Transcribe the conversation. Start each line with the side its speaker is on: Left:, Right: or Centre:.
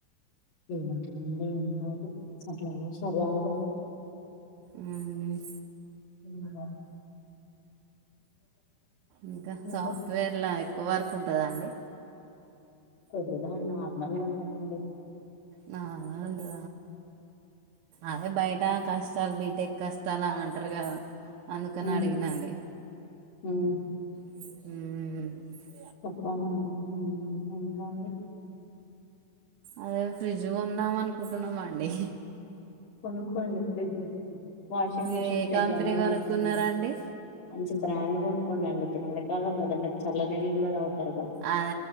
Left: ఏమంటుంది ఏమి కాదు అట్లానే స్టబావ్ గా ఉన్నాం.
Right: ఉహుమ్
Left: ఇంగ
Right: ఇంకా
Left: మీరే
Right: సాఫ్ట్వేర్లో ఎక్కువ వర్క్ ఉంటాద అండి?
Left: తెలీదండి అండి, నార్మల్ గా ఉంటామండి.
Right: నా ఉంటద అదే బయట కష్టాలు బి. ఎక్కస్తలా అంటరుగద అందుకని
Left: ఉమ్
Right: అడిగినండి.
Left: ఉమ్
Right: ఉహ
Left: చెప్పలండి ఉ ఏం కావాలి
Right: అదే ఫ్రిడ్జ్ కొందాం అనుకుంటున్నామండి.
Left: కొనుక్కోండి ఫ్రిడ్జ్ వాషింగ్
Right: మీరు
Left: మిషిన్
Right: ఏ
Left: ఫ్రిడ్జ్
Right: కంపెనీ
Left: అన్ని కొనుకోండి
Right: కొనుక్కున్నారండి
Left: మంచి బ్రాండ్. కొనుక్కోండి అండి. ఇప్పుడు ఎండకాలం కదా మీర్ చాలా నిలు కూడా తాగుతారు. త్వరగా
Right: అదే